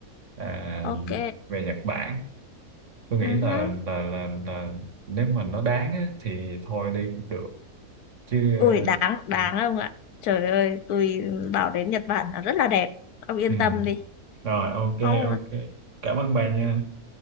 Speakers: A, on the right (about 55°); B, on the left (about 80°).
A: à,
B: ok
A: về Nhật Bản tôi nghĩ
B: uh
A: là là là, là nếu mà nó đáng á, thì thôi đi cũng được chứ
B: ui đáng đáng
A: ừ.
B: không ạ trời ơi tôi bảo đến Nhật Bản là rất là đẹp ông yên
A: ừ.
B: tâm đi
A: rồi ok
B: không
A: ok cảm ơn bà nha